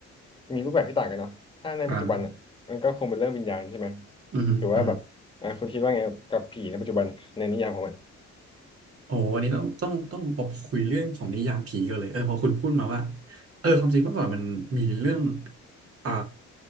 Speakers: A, on the left (about 15°); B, on the right (about 50°).
A: มีรูปแบบที่ต่างกันเนาะถ้าในปัจจุบันอ่ะมันก็คงเป็นเรื่องวิญญาณใช่ไหม
B: อ่าอืมอืม
A: หรือว่าแบบอ่าคุณคิดว่าไงกับผีในปัจจุบันในนิยามของมัน
B: โอ้วันนี้ต้องต้องต้องมาคุยเรื่องของนิยามผีกันเลยเออพอคุณพูดมาว่าเออความจริงเมื่อก่อนมันมีเรื่องอ่า